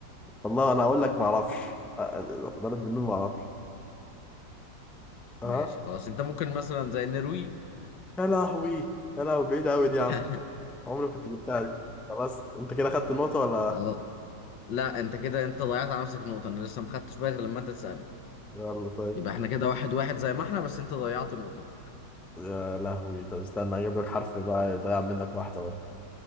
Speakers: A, in the centre; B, on the left.
A: والله انا اقول لك ما اعرفش آه، آه، بلد بالنون ما اعرفش اه
B: ماشي خلاص انت ممكن مثلا زي النرويج
A: يا لهوي يا لهوي بعيدة قوي دي يا
B: <laughs>
A: عم عمري ما كنت جبتها دي خلاص انت كده خدت النقطة ولا
B: خلاص لا انت كده انت ضيعت على نفسك النقطة انا لسه ما خدتش بالي غير لما انت تسألني
A: يلا طيب
B: يبقى احنا كده واحد واحد زي ما احنا بس انت ضيعت نقطتك
A: يا لهوي طب استنى اجيب لك حرف بقى يضيع منك واحدة برضه